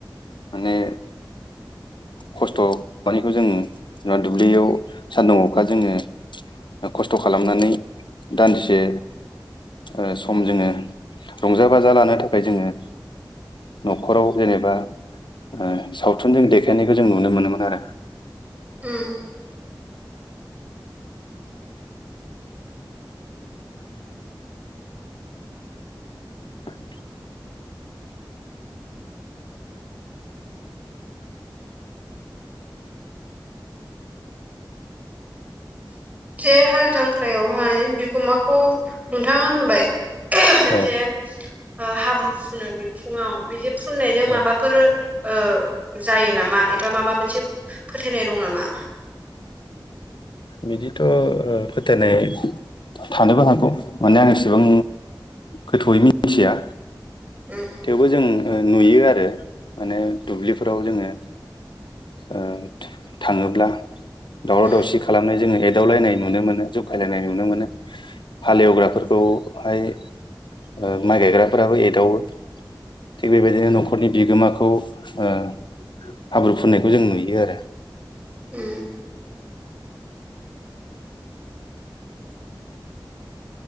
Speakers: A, on the left (about 75°); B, on the right (about 20°).
A: माने खस्थ' मा <unintelligible> खौ जों जा दुब्लियाव सान्दुं अखा जोङो खस्थ' खालामनानै दान्दिसे ओ सम जोङो रंजा बाजा लानो थाखाय जोङो न'खराव जेनेबा ओ सावथुनजों देखायनायखौ जों नुनो मोनोमोन आरो
B: उम
A: <inaudible>
B: जे हाल जांख्रायावहाय बिगोमाखौ नोंथाङा होनबाय
A: औ
B: जे ओ हाब्रु फुनो बिखुङाव बिदिे फुननायजों माबाफोर
A: औ
B: ओ जायो नामा एबा माबा मोनसे फोथायनाय दं नामा?
A: बिदिथ' ओ फोथायनाय थानोबो हागौ माने आं एसेबां गोथौयै मिथिया
B: <unintelligible>
A: थेवबो जों नुयो आरो माने दुब्लिफोराव जोङो ओ थाङोब्ला दावराव
B: उम
A: दावसिख खालामनाय जोङो एदावलायनाय नुनो मोनो जखायलायनाय नुनो मोनो हालेवग्राफोरखौहाय ओ माइ गायग्राफोराबो एदावो थिग बेबायदिनो न'खरनि बिगोमाखौ ओ हाब्रु फुननायखौ जों नुयो आरो
B: उ